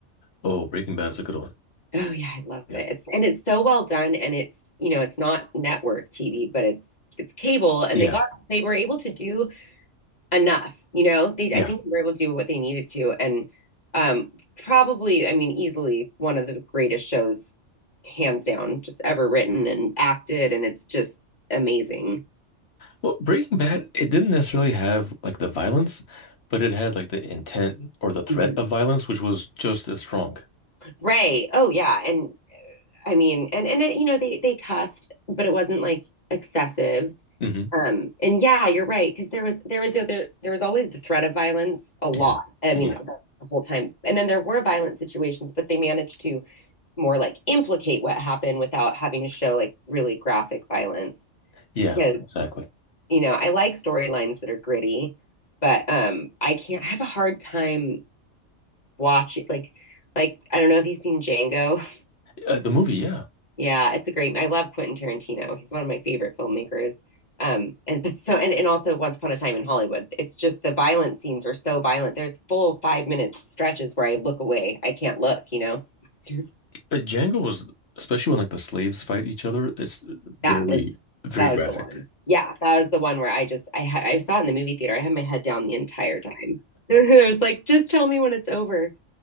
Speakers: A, on the left; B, on the left.
A: Oh, Breaking Bad is a good one.
B: Oh yeah, I love
A: Yeah.
B: it. It's, and it's so well done and it's, you know, it's not network TV, but it's it's cable and
A: Yeah.
B: they got they were able to do enough, you know. They
A: Yeah.
B: I think they were able to do what they needed to and um probably, I mean, easily one of the greatest shows hands down just ever written and acted and it's just amazing.
A: Well, Breaking Bad, it didn't necessarily have like the violence, but it had like the intent or the threat
B: Mhm.
A: of violence, which was just as strong.
B: Ray. Oh yeah, and I mean and and it, you know, they they cussed, but it wasn't like excessive.
A: hmm
B: Um, and yeah, you're right, because there was there was the other there was always the threat of violence a lot.
A: Yeah.
B: I
A: Yeah.
B: mean, the whole time. And then there were violent situations, but they managed to more like implicate what happened without having to show like really graphic violence.
A: Yeah,
B: Because,
A: exactly.
B: you know, I like storylines that are gritty, but um I can't I have a hard time watching like like I don't know if you've seen Django.
A: Uh, the movie, yeah.
B: Yeah, it's a great. I love Quentin Tarantino. He's one of my favorite filmmakers. Um, and but so and, and also Once Upon a Time in Hollywood. It's just the violent scenes are so violent. There's full five minute stretches where I look away. I can't look, you know. <laughs>
A: Uh, Django was, especially when like the slaves fight each other, it's very,
B: That was
A: very
B: that
A: graphic.
B: was the one. Yeah, that was the one where I just I had I saw it in the movie theater. I had my head down the entire time. <laughs> It was like, just tell me when it's over.